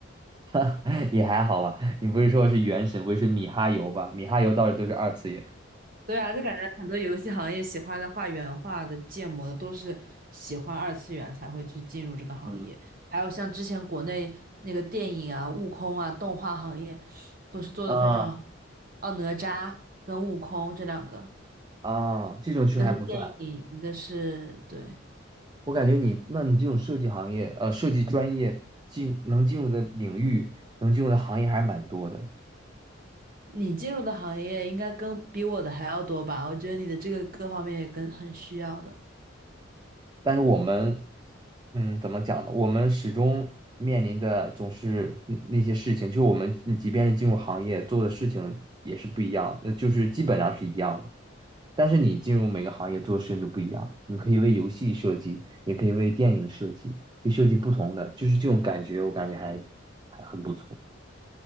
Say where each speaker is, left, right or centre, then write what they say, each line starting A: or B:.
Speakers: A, on the right; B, on the right.
A: <laughs> 也还好吧？你不是说是原神，不是米哈游吧？米哈游倒是都是二次元。
B: 对啊，就感觉很多游戏行业喜欢的画原画的、建模的，都是喜欢二次元才会去进入这个行业。
A: 嗯
B: 还有像之前国内那个电影啊、悟空啊、动画行业，都是做的非常好。
A: 啊
B: 哦，哪吒跟悟空这两个，
A: 啊，这种确实还不算。
B: 一个是电影，一个是对。
A: 我感觉你，那你这种设计行业，呃，设计专业进能进入的领域，能进入的行业还是蛮多的。
B: 你进入的行业应该跟比我的还要多吧？我觉得你的这个各方面也跟很需要的。
A: 但是我们，嗯，怎么讲呢？我们始终面临的总是那那些事情，就是我们你即便是进入行业做的事情也是不一样，那就是基本上是一样的。但是你进入每个行业做的事情就不一样，你可以为游戏设计，也可以为电影设计，你设计不同的，就是这种感觉，我感觉还还很不错。